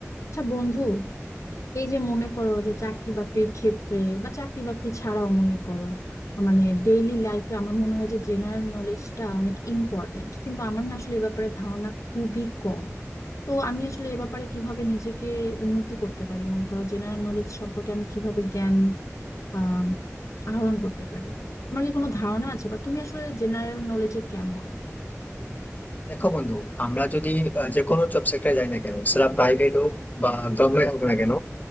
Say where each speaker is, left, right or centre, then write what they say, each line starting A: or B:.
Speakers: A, on the left; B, on the left.
A: আচ্ছা বন্ধু এই যে মনে করো যে চাকরি বাকরির ক্ষেত্রে বা চাকরি বাকরি ছাড়াও মনে করো মানে ডেইলি লাইফে আমার মনে হয় যে জেনারেল নলেজটা অনেক ইম্পর্টেন্ট কিন্তু আমার না আসলে এ ব্যাপারে ধারণা খুবই কম তো আমি আসলে এ ব্যাপারে কিভাবে নিজেকে উন্নতি করতে পারি মনে করো জেনারেল নলেজ সম্পর্কে আমি কিভাবে জ্ঞান আহ আহরণ করতে পারি তোমার কি কোনো ধারণা আছে বা তুমি আসলে জেনারেল নলেজে কেমন
B: দেখো বন্ধু আমরা যদি আহ, যে কোনো জব সেক্টরে যাই না কেন সেটা প্রাইভেট হোক বা গভর্নমেন্ট হোক না কেন